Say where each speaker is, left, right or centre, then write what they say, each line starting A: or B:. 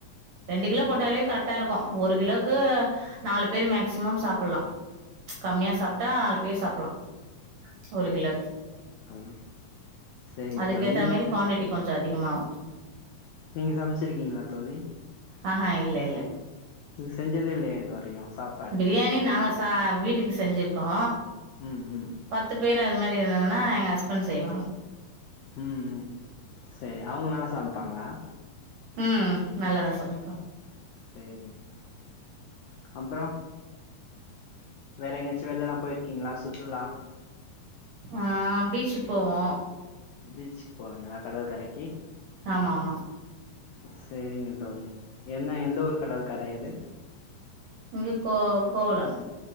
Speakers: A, on the right; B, on the left.
A: ரெண்டு
B: சேரிங்க
A: கிலோ போட்டாலேயே கரெக்டா இருக்கு ஒரு கிலோக்கு நாலு பேர் மேக்சிமம் சாப்புட்லா கம்மியா சாப்ட்டா நாலு பேர் சாப்புட்லா ஒரு கிலோக்கு
B: தோழி சேரிங்க
A: அதுக்கு
B: தோழி
A: ஏத்த மாரி குவான்டிட்டி கொஞ்ச அதிகமாவு
B: நீங்க சமைச்சிருக்கீங்களா தோழி
A: ஆ ஹா இல்ல இல்ல
B: நீங்க செஞ்சதே இல்லையா இது வரையு சாப்
A: பிரியாணி நாங்க சா வீட்டுக்கு செஞ்சிருக்கோ
B: ம் ம்
A: பத்து பேர் அது மாரி இருந்ததுன்னா எங்க ஹஸ்பண்ட் செய்வாங்க
B: ம் செரி அவுங்க நல்லா சமைப்பாங்ளா
A: ம் ம் நல்லதா சமைப்பாங்க
B: சேரிங்க தோழி அப்றோ வேற எங்கயாச்சு வெளிலெல்லா போயிருக்கீங்களா சுற்றுலா
A: ஆ பீச்சுக் போவோ
B: பீச்சுக் போவீங்களா கடல் கரைக்கி
A: ஆமாம்மா
B: செரிங்க தோழி என்ன எந்த ஊரு கடல் கரை அது
A: இங்க கோ கோவுளம்